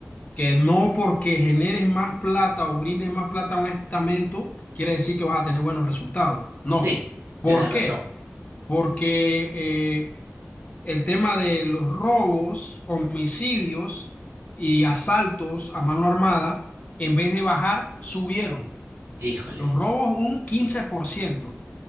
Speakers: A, on the left; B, on the right.
A: que no porque generes más plata o brindes más plata a un estamento, quiere decir que vas a tener buenos resultados. No.
B: sí,
A: ¿Por
B: tienes
A: qué?
B: razón.
A: Porque eh, el tema de los robos, homicidios y asaltos a mano armada, en vez de bajar, subieron.
B: Híjole,
A: Los robos un 15%.